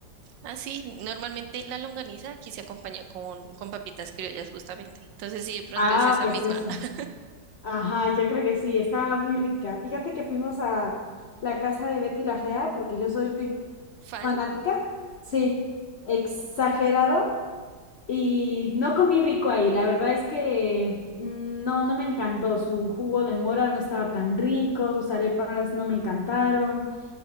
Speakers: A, on the right (about 80°); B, on the left (about 80°).
A: Ah, sí, normalmente la longaniza aquí se acompaña con, con papitas criollas justamente. Entonces, sí, de pronto
B: Ah,
A: es esa
B: pues
A: misma
B: eso.
A: <laughs>
B: Ajá, yo creo que sí, estaba muy rica. Fíjate que fuimos a la casa de Betty la Fea, porque yo soy
A: fan.
B: fanática, sí, exagerado y no comí rico ahí. La verdad es que mm, no, no me encantó. Su jugo de mora no estaba tan rico, sus arepas no me encantaron.